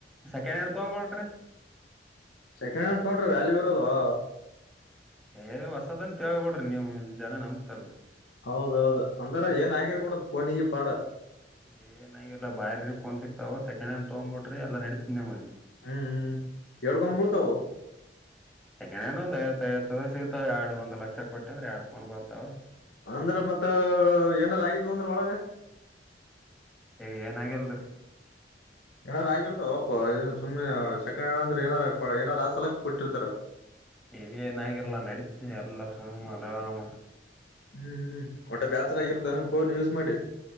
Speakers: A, in the centre; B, on the left (about 80°).
A: ಕನಡ್ ತಗಂಬಟ್ರ
B: ಸೆಕೆಂಡ್ ಹ್ಯಾಂಡ್ ತಗೊಂಡ್ರೆ ವ್ಯಾಲ್ಯೂ ಇರಲ್ವಾ
A: ಹೇ ಹೊಸದಂತ ಹೇಳ್ಬ ಬಿಡ್ರಿ ನೀವ್ ಜನ ನಮ್ತಲ್
B: ಹೌದೌದು ಅಂದ್ರ ಏನ್ ಆಗಿರ್ಬೂಡ ಪೋನಿಗೆ ಪಾಡ
A: ಏ ನಲ್ಲ ಬಾರಿ ಫೋನ್ ಸಿಕ್ತಾವವು ಸೆಕೆಂಡ್ ಹ್ಯಾಂಡ್ ತಗ್ಂಬ ಬಿಟ್ರಿ ಎಲ್ಲ ನಡೀತ ನ ಮಿ
B: ಹ್ಮ್ ಎಷ್ಟಕ್ಕೊಂದು ಭುಳ ತವ
A: ಸೆಕಂಡಹ್ಯಾಂಡ್ ಒಂದು ಐವತ್ತುೈಐವತ್ತು ಸಿತಾವ ಆರಡ್ ಒಂದ ಲಕ್ಷ ಕೊಟ್ಟೆ ಅಂದ್ರೆ ಎರಡ್ ಫೋನ್ ಬರ್ತಾವ
B: ಅಂದ್ರೆ ಮತ್ತ ಏನಾರ ಆಯ ಇದು ಒಂದರ ಒಳಗೆ
A: ಏ ಏನಾಗಿಲ್ರಿ
B: ಏನಾರ ಆಗಿರ್ತಾವ ಒಪ್ಪ ಏನ್ ಸುಮ್ಮನೆ ಸೆಕೆಂಡ್ ಹ್ಯಾಂಡಲ್ ಅಂದ್ರೆ ಏನಾರ ಏನಾರ ಆ ಸಲಕ್ ಕೊಟ್ಟಿರ್ತಾರೆ
A: ನೀವೇಏನಾಗಿರ್ಲಾ ನಡೀತೀನಿ ಎಲ್ಲ ಸುಮ್ಮ ಆರಾಮ
B: ಹ್ಮ್ ಹ್ಮ್ ಒಟ್ಟೆ ಬೇಸರಾಗಿರುತ್ತೆ ಅ ಬೋನ್ ಯೂಸ್ ಮಾಡಿ